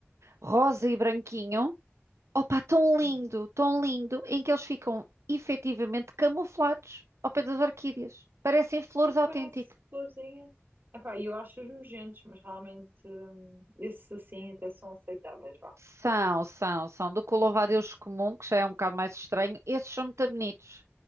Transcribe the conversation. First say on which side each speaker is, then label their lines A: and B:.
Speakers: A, on the right; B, on the right.
A: rosa e branquinho. Opa, tão lindo,
B: Hum.
A: tão lindo, em que eles ficam efetivamente camuflados ao pé das orquídeas. Parecem flores
B: Tipo,
A: autênticas.
B: parece florzinha. Epá, eu acho-os nojentos, mas realmente hum, esses assim até são aceitáveis, vá.
A: São, são, são. Do que o louva-a-Deus comum, que já é um bocado mais estranho, esses são muito bonitos.